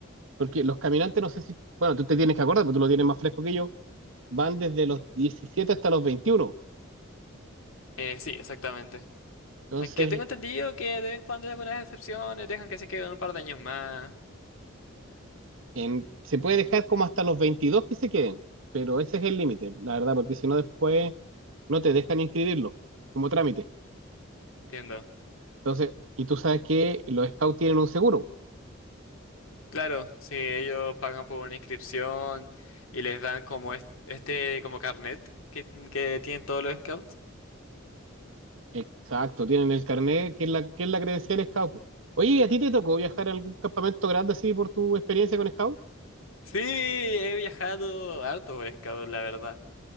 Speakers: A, on the right; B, on the left.
A: porque los caminantes no sé si, bueno, tú te tienes que acordar, porque tú lo tienes más fresco que yo van desde los 17 hasta los 21.
B: Eh, sí, exactamente.
A: Entonces,
B: Aunque tengo entendido que de vez en cuando hay algunas excepciones, dejan que se queden un par de años más,
A: en- se puede dejar como hasta los 22 que se queden, pero ese es el límite, la verdad, porque si no después no te dejan inscribirlo como trámite.
B: entiendo.
A: Entonces, y tú sabes que los scouts tienen un seguro.
B: Claro, si ellos pagan por una inscripción y les dan como est- este, como carnet que, que tienen todos los scouts.
A: Exacto, tienen el carnet, que es la, que es la credencial scout. pues. Oye, ¿y ¿a ti te tocó viajar a algún campamento grande así por tu experiencia con scout?
B: Sí, he viajado harto por scout, la verdad.